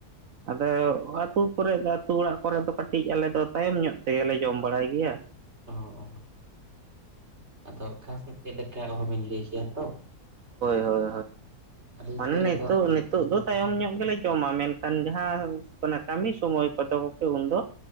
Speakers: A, on the right; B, on the right.
A: ᱦᱩᱸ
B: ᱟᱫᱚ <inaudible> ᱠᱚᱨᱮ ᱫᱚ ᱟᱹᱛᱩ ᱚᱲᱟᱜ ᱠᱚᱨᱮ ᱫᱚ ᱠᱟᱹᱴᱤᱡ ᱟᱞᱮ ᱫᱚ ᱛᱟᱭᱚᱢ ᱧᱚᱜ ᱛᱮᱜᱮ ᱞᱮ ᱡᱚᱢ ᱵᱟᱲᱟᱭ ᱜᱮᱭᱟ
A: <unintelligible> <inaudible> ᱚᱦᱚ ᱵᱤᱱ ᱞᱟᱹᱭ ᱠᱮᱭᱟ ᱛᱚ
B: ᱦᱳᱭ ᱦᱳᱭ
A: ᱟᱹᱞᱤᱧ
B: ᱢᱟᱱᱮ
A: ᱥᱮᱫ
B: ᱱᱤᱛᱚᱜ
A: ᱨᱮᱫᱚ
B: ᱱᱤᱛᱚᱜ ᱫᱚ ᱛᱟᱭᱚᱢ ᱧᱚᱜ ᱜᱮᱞᱮ ᱡᱚᱢᱟ ᱢᱮᱱᱠᱷᱟᱱ ᱡᱟᱦᱟᱸ ᱠᱟᱱᱟ ᱠᱟᱹᱢᱤ ᱥᱚᱢᱚᱭ ᱠᱚᱫᱚ <inaudible> ᱩᱱᱫᱚ